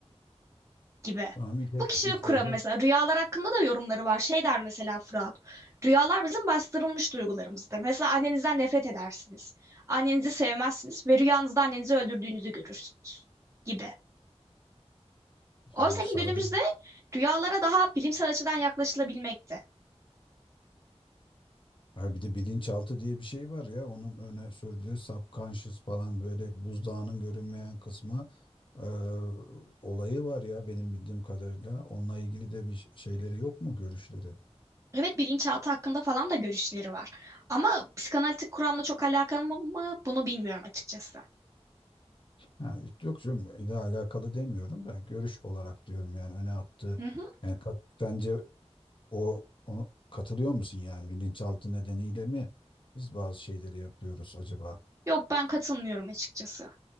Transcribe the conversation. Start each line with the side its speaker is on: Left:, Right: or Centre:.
Right: gibi.
Left: Tamam it,
Right: Bu kişilik
Left: it
Right: kuramı
Left: ego
Right: mesela rüyalar hakkında da yorumları var. Şey der mesela Fırat. Rüyalar bizim bastırılmış duygularımızdır. Mesela annenizden nefret edersiniz. Annenizi sevmezsiniz ve rüyanızda annenizi öldürdüğünüzü görürsünüz gibi. Oysa
Left: yani
Right: ki
Left: sadece
Right: günümüzde rüyalara daha bilimsel açıdan yaklaşılabilmekte.
Left: ha bir de bilinçaltı diye bir şey var ya onun öne sürdüğü subconscious falan böyle buzdağının görünmeyen kısmı e, olayı var ya benim bildiğim kadarıyla. Onunla ilgili de bir şeyleri yok mu görüşleri?
Right: Evet bilinçaltı hakkında falan da görüşleri var. Ama psikanalitik kuramla çok alakalı mı bunu bilmiyorum açıkçası.
Left: Ha, yok canım ile alakalı demiyorum da görüş olarak diyorum yani öne attığı
Right: Hı hı.
Left: yani kat- bence o onu katılıyor musun yani bilinçaltı nedeniyle mi biz bazı şeyleri yapıyoruz acaba?
Right: Yok ben katılmıyorum açıkçası.